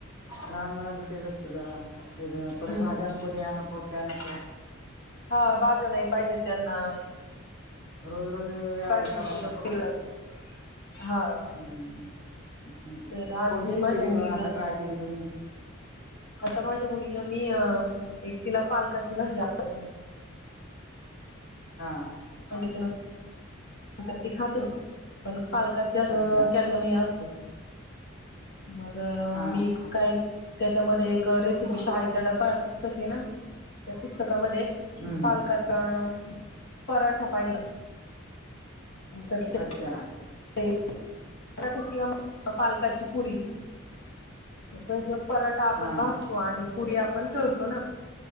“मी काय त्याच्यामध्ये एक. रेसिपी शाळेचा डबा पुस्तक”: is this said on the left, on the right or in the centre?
Left